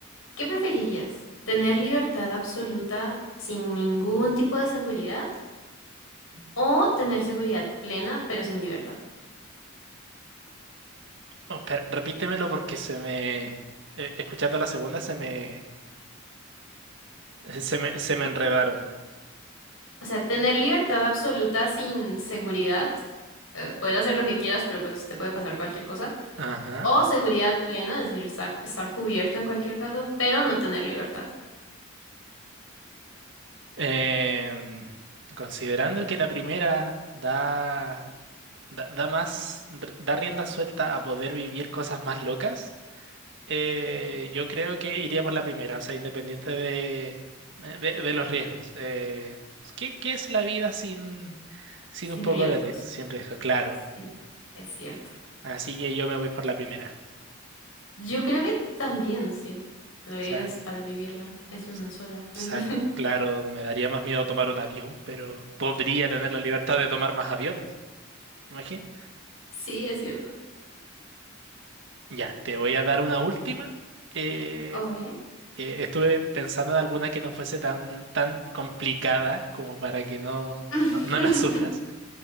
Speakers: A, on the left; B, on the right.
A: ¿Qué preferirías? ¿Tener libertad absoluta sin ningún tipo de seguridad? ¿O tener seguridad plena pero sin libertad?
B: oh, espera, repítemelo porque se me, eh, escuchando la segunda se me, se me, se me enredaron.
A: O sea, tener libertad absoluta sin seguridad, eh, poder hacer lo que quieras, pero pues te puede pasar cualquier cosa.
B: Ajá.
A: O seguridad plena, es decir, sa- estar cubierto en cualquier caso, pero no tener libertad,
B: Em, considerando que la primera da, da, da más, da rienda suelta a poder vivir cosas más locas, eh, yo creo que iría por la primera, o sea, independiente de, eh, de, de los riesgos. Eh, ¿qué, qué es la vida sin, sin
A: sin
B: un poco
A: riesgos.
B: de riesgo? Sin riesgo, claro.
A: Sí, es cierto.
B: Así que yo me voy por la primera.
A: Yo creo que también, sí. La
B: O
A: vida
B: sea,
A: es para vivirla, es una
B: s- o
A: sola.
B: sea,
A: <laughs>
B: claro, me daría más miedo tomar un avión, pero podría tener la libertad de tomar más aviones. Imagínate.
A: Sí, es cierto.
B: Ya, te voy a dar una última. eh,
A: ¿O ve?
B: que estuve pensando en alguna que no fuese tan, tan complicada como para que no,
A: <laughs>
B: no, no la sufras.